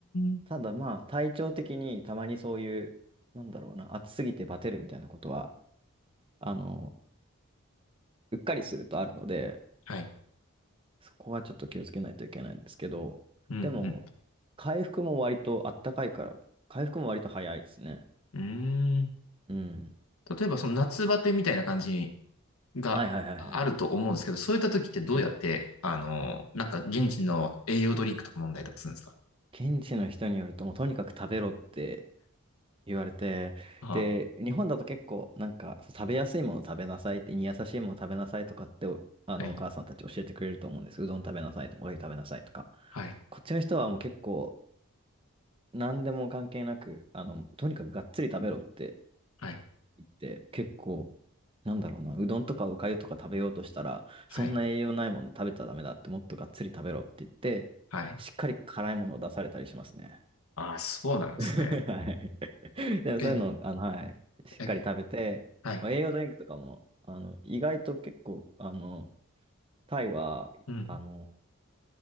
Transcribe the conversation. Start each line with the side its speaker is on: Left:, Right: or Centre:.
Left: ん。
Right: ただまあ、体調的にたまにそういう、なんだろうな、暑すぎてバテるみたいなことは、あの、うっかりするとあるので、
Left: はい。
Right: そこはちょっと気をつけないといけないんですけど、
Left: うん、
Right: でも、回復も割とあったかいから、回復も割と早いですね。
Left: うん。うーん。
Right: うん。
Left: 例えば、その夏バテみたいな感じがあると思うんですけど、
Right: はいはいはいはいはい。
Left: そういった時ってどうやって、
Right: うん
Left: あの、なんか現地の栄養ドリンクとか飲んだりとかするんですか
Right: 現地の人によると、もうとにかく食べろって言われて、
Left: あ、
Right: で、日本だと結構、なんか、そう食べやすいもの食べなさいって、胃に優しいもの食べなさいとかって、おあの、
Left: はい、
Right: お母さんたち教えてくれると思うんです。うどん食べなさいとか、おかゆ食べなさいとか。
Left: はい、
Right: こっちの人はもう結構、何でも関係なく、あの、とにかくがっつり食べろって
Left: はい、
Right: って結構、なんだろうな、うどんとかおかゆとか食べようとしたら、
Left: はい、
Right: そんな栄養ないもの食べちゃダメだって、もっとがっつり食べろって言って、
Left: はい。
Right: しっかり辛いものを出されたりしますね。
Left: ああ、そうなんですね。
Right: <laughs> はい。<laughs> でもそういうの、
Left: え、
Right: あの、はい、しっかり食べて、
Left: え、はい。
Right: まあ、栄養ドリンクとかも、あの、意外と結構、あの、タイは、
Left: うん、
Right: あの、